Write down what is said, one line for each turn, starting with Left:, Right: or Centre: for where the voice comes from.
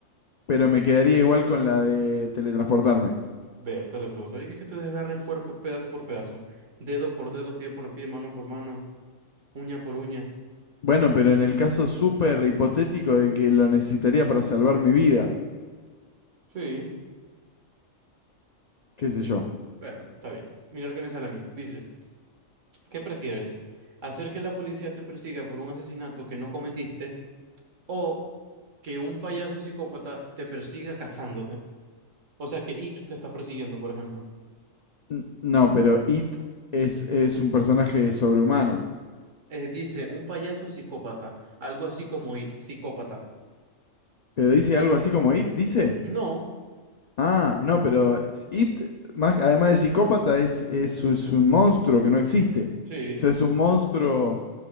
Left: Pero me quedaría igual con la de teletransportarme.
Right: Vértale, pero ¿Sabes que es que te desgarren cuerpo pedazo por pedazo? Dedo por dedo, pie por pie, mano por mano, uña por uña.
Left: Bueno, pero en el caso súper hipotético de que lo necesitaría para salvar mi vida,
Right: Sí,
Left: qué sé yo.
Right: bueno, está bien. Mirar qué me sale a mí. Dice, ¿qué prefieres? ¿Hacer que la policía te persiga por un asesinato que no cometiste o que un payaso psicópata te persiga cazándote? O sea, que It te está persiguiendo, por ejemplo.
Left: N- No, pero It es, es un personaje sobrehumano.
Right: Eh, dice, un payaso psicópata, algo así como It, psicópata.
Left: Pero dice algo así como It, dice.
Right: No,
Left: Ah, no, pero s- It, más, además de psicópata, es, es, es un monstruo que no existe.
Right: sí.
Left: O sea, es un monstruo.